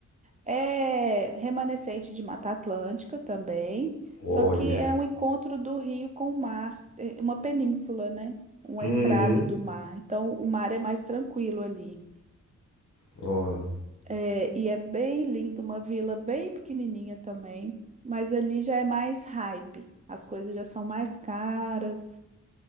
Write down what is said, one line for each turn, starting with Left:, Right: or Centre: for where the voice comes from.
Right: É remanescente de Mata Atlântica também,
Left: Olha.
Right: só que é um encontro do rio com o mar, é uma península, né? Uma
Left: Uhum.
Right: entrada do mar. Então, o mar é mais tranquilo ali.
Left: Ó.
Right: É, e é bem lindo, uma vila bem pequenininha também, mas ali já é mais hype, as coisas já são mais caras,